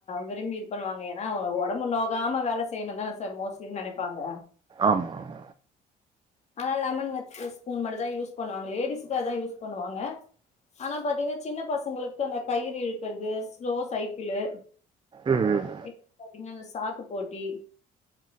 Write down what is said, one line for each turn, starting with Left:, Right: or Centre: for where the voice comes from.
Left: விரும்பி இது பண்ணுவாங்க ஏன்னா ஒடம்பு நோகாம வேல செய்யணுந்தானே சார் மோஸ்ட்லின்னு நெனப்பாங்க
Right: ஆமா ஆமா
Left: அதனால லெமன் வித் ஸ்பூன் மட்டு தான் யூஸ் பண்ணுவாங்க லேடிஸ்க்கு அதான் யூஸ் பண்ணுவாங்க ஆனா பாத்தீங்கன்னா சின்னப் பசங்களுக்கு அந்த கயிறு இழுக்கிறது ஸ்லோ சைக்கிளு
Right: ம் ம்
Left: இப்ப பாத்தீங்கன்னா இந்த சாக்கு போட்டி